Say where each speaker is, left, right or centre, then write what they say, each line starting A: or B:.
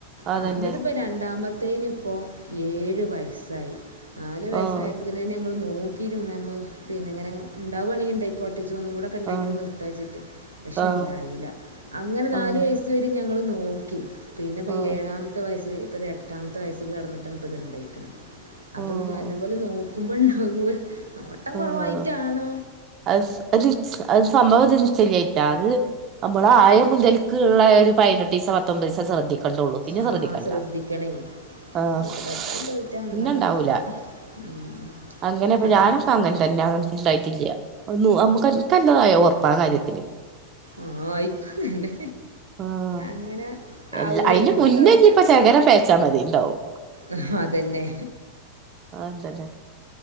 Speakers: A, on the right; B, on the right.
A: അതന്നെ
B: ആഹ് ഇന്നിട്ടിപ്പൊ രണ്ടാമത്തെനിപ്പൊ ഏഴ് വയസ്സായി നാല് വയസ്സായപ്പൊ
A: ആഹ്
B: ത്തിനന്നെ ഞങ്ങള് നോക്കീനു. ഇന്ന ഞമ്മള് പിന്നെ ഇങ്ങനെ ഇണ്ടാവണെങ്കി ഇണ്ടായ്ക്കോട്ടെ ഇജൊന്നു കുടെ ണ്ടായിട്ട്
A: ആഹ്
B: നിർത്താച്ചിട്ട് പക്ഷെണ്ടായില്ല
A: ആഹ്
B: അങ്ങനെ നാല്
A: ആഹ്
B: വയസ് സ് വരെ ഞങ്ങള് നോക്കി. പിന്നെ ഇപ്പ
A: ആഹ്
B: ഏഴാമ്ത്തെ വയസ്സ് ഇപ്പത് എട്ടാമ്ത്തെ വയസ്സ്ക് കടന്ന് ട്ടപ്പത്ണ്ടായ്ക്കും അപ്പത്
A: ആഹ്
B: നല്ല പോലെ നോക്കുമ്പണ്ടാകോ നോട്ടം
A: ആഹ്
B: കൊറവായ്റ്റാണോ
A: അത് അത് അത് സംഭവതുവരെ ശരിയായിട്ടില്ല അത് നമ്മളായ മുതൽ ക്കള്ളെ ഒര് പതിനെട്ടീസൊ പത്തൊമ്പീസൊ ശ്രദ്ധിക്കും കണ്ടൊള്ളു പിന്നെ
B: ആ
A: ശ്രദ്ധിക്കണ്ട.
B: ശ്രദ്ധിക്കണേ
A: ആഹ്
B: ഇത് ശ്രദ്ധയില്ലായിട്ടാ എന്താന്നാവോ
A: പിന്നെണ്ടാവൂല
B: ഉം.
A: അങ്ങനെപ്പൊ
B: അങ്ങനെ
A: ഞാനൊക്കെ അങ്ങൻതന്നെ ഇണ്ടായ്ട്ടില്ല ഒന്ന് മ്മക്ക്ക്കെന്തതായ് ഒറപ്പ ആഹ് കാര്യത്തില്
B: ആഹ് ഇക്കു തന്നെ
A: ആഹ്
B: അങ്ങനെ
A: എല്ലാ
B: ആവൂലെ
A: അയിന്റെ
B: ഞമ്മള്
A: മുന്നേ
B: ശ്രദ്ധിച്ചതി
A: ഇനിയിപ്പ ശകലം പേച്ചാ മതി ഇണ്ടാവും
B: ഉം അതെന്നെ
A: ആഹ് അങ്ങനെതന്നെ